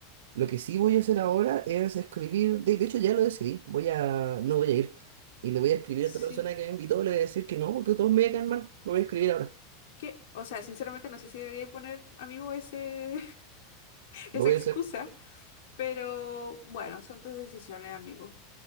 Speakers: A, on the right (about 60°); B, on the left (about 60°).
A: Lo que sí voy a hacer ahora es escribir, de, de hecho ya lo decidí, voy a, no voy a ir. Y le voy a escribir
B: sí.
A: a esta persona que me invitó, le voy a decir que no, porque todos me caen mal. Lo voy a escribir ahora,
B: que O sea, sinceramente no sé si debería poner amigo ese
A: lo
B: esa
A: voy
B: excusa,
A: a hacer.
B: pero bueno, son tus decisiones, amigo.